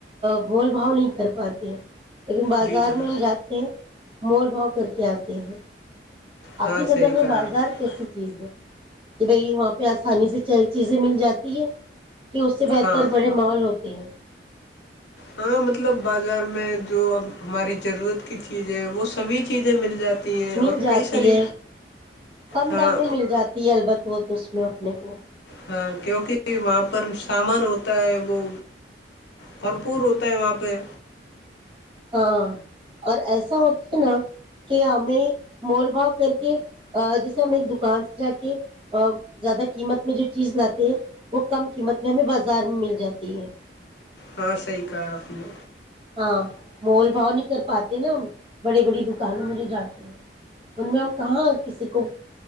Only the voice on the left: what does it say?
جی چلو
ہاں
صحیح
کہا
آپ
ہاں
ہاں مطلب بازار میں جو اب ہماری ضرورت کی چیزیں وہ سبھی چیزیں مل جاتی ہیں
اور
کئی ساری
ہاں
ہاں کیونکہ وہاں پر سامان ہوتا ہے وہ بھرپور ہوتا ہے وہاں پہ
ہاں صحیح کہا آپ نے